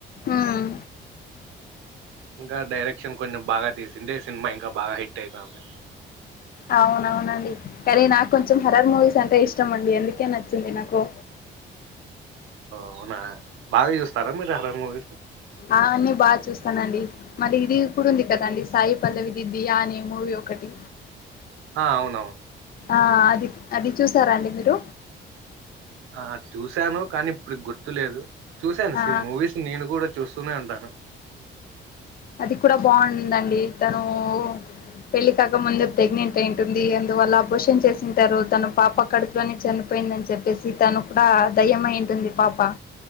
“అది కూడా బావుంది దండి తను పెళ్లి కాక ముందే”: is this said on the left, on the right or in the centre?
Left